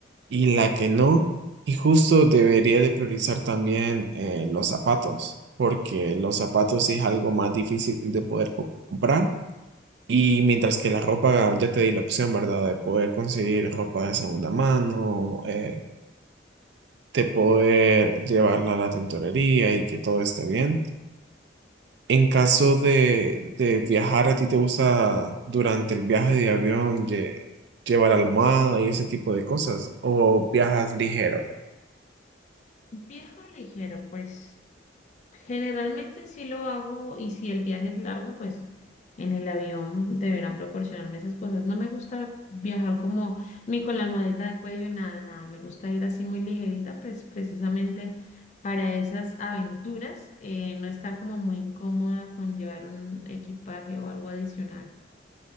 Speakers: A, on the right; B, on the left.
A: y la que no. Y justo debería de priorizar también eh, los zapatos, porque los zapatos sí es algo más difícil de poder co- comprar. Y mientras que la ropa, ya te di la opción, ¿verdad? De poder conseguir ropa de segunda mano, eh, de poder llevarla a la tintorería y que todo esté bien. En caso de, de viajar, ¿a ti te gusta durante el viaje de avión lle- llevar almohada y ese tipo de cosas? ¿O viajas ligero?
B: Viejo ligero, pues. Generalmente sí lo hago y si el viaje es largo, pues en el avión deberán proporcionarme esas cosas. No me gusta viajar como ni con la almohadita de cuello, nada, nada. Me gusta ir así muy ligerita, pues precisamente para esas aventuras, eh, no estar como muy incómoda con llevar un equipaje o algo adicional.